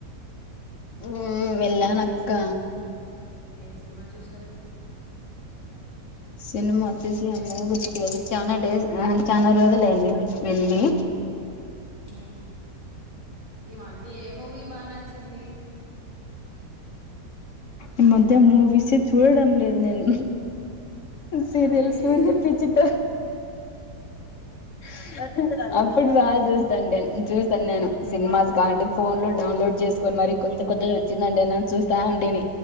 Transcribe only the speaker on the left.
ఉ వెళ్ళనక్క
సినిమా వచ్చేసి అంతాగానం గుర్తుకులేదు చాలా డేస్ చనాా రోజులుయింది వెళ్ళి
ఈ మధ్య మూవీస్ చూడడం లేదు నేను సీరియల్స్
పిజిత <inaudible> ఇప్పుడు బాగా చూస్తాం నే చూస్తాను నేను సినిమాస్ కాంటే ఫోన్ లో డౌన్లోడ్ చేసుకొని మరి కొత్త కొత్తది వచ్చిందంే నని చూస్తా ఉంటేని